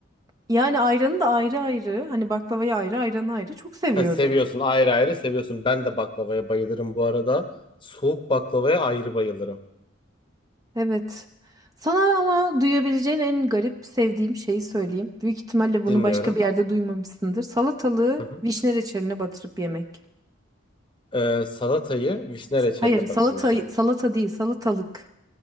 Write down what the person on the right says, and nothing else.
Yani ayranı da ayrı ayrı. Hani baklavayı ayrı, ayranı ayrı. Çok seviyorum.
Evet. Sana ama duyabileceğin en garip sevdiğim şeyi söyleyeyim. Büyük ihtimalle bunu
başka bir yerde duymamışsındır. Salatalığı
vişne reçeline batırıp yemek.
Hayır, salata
salata değil, salatalık.